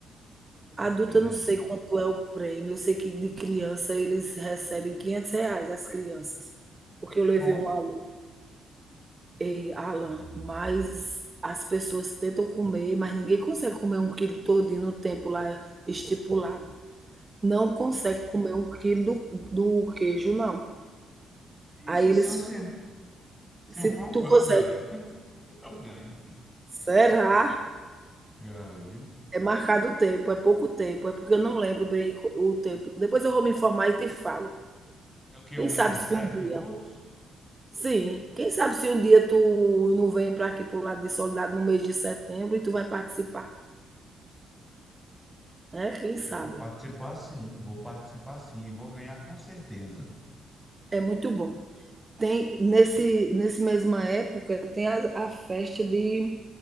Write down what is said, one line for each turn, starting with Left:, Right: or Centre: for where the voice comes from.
Centre: Hum,
Right: Adulto,
Centre: Que beleza.
Right: eu não sei quanto é o prêmio. Eu sei que de criança eles recebem 500 reais, as crianças. Porque
Centre: Olha,
Right: eu
Centre: é
Right: levei
Centre: bom.
Right: um aluno. Ei, Alan, mas as pessoas tentam comer, mas ninguém consegue comer um quilo todinho no tempo lá estipulado. Não consegue
Centre: Ixi,
Right: comer um quilo do, do queijo, não. Aí
Centre: ixi,
Right: eles
Centre: se eu, sen- se eu
Right: Se
Centre: for,
Right: tu
Centre: eu
Right: consegue.
Centre: ganho. Eu ganho. <laughs> Eu ganho.
Right: Será?
Centre: Ganho.
Right: É marcado o tempo, é pouco tempo, é porque eu não lembro bem o tempo. Depois eu vou me informar e te falo.
Centre: É o quê?
Right: Quem
Centre: Uns
Right: sabe se
Centre: 10
Right: um dia.
Centre: minutos?
Right: Sim, quem sabe se um dia tu não vem para aqui para o lado de Solidariedade no mês de setembro e tu vai participar, né? Quem
Centre: Ah,
Right: sabe?
Centre: Eu vou participar sim. Vou participar sim. E vou ganhar com certeza.
Right: É muito bom. Tem nesse nesse mesma época tem a, a festa de